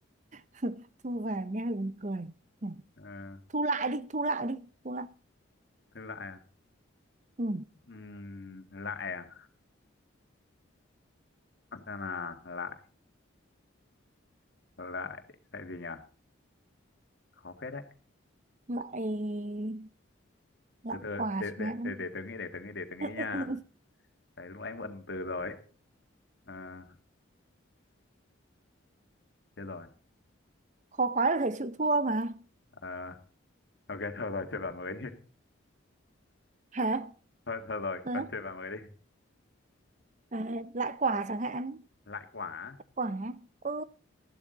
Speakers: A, on the right; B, on the left.
A: <laughs> thu về nghe buồn cười Ừ.
B: ờ
A: thu lại đi thu lại đi thu lại
B: thư lại à
A: ừ.
B: ừ lại à xem là lại lại lại gì nhỉ khó phết đấy
A: lại lại
B: từ từ
A: quà
B: để
A: chẳng
B: để
A: hạn
B: để để tớ nghĩ để tớ nghĩ để tớ nghĩ
A: <laughs>
B: nha đấy lúc nãy mượn từ rồi à, chết rồi
A: khó quá là phải chịu thua mà
B: à, ok thôi rồi chơi bảng mới đi
A: hả
B: <laughs> thôi thôi rồi
A: ừ.
B: coi chơi bảng mới đi
A: à, lại quả chẳng hạn
B: lại quả
A: quả ừ